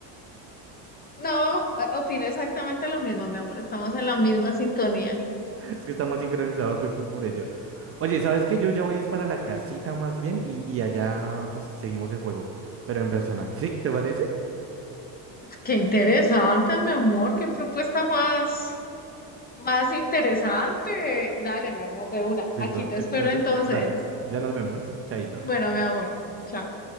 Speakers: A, on the left; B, on the right.
A: No, eh, opino exactamente lo mismo, mi amor. Estamos en la misma sintonía.
B: Es que estamos sincronizados justo por ello. Oye, ¿sabes qué? Yo ya voy es para la casita más bien y, y allá pues seguimos el juego, pero en persona. ¿Sí? ¿Te parece?
A: Qué interesante, mi amor. Qué propuesta más. Más interesante. Dale, mi amor, de una.
B: Listo.
A: Aquí te espero
B: Entonces,
A: entonces.
B: dale. Ya nos vemos. Chaito.
A: Bueno, mi amor, chao.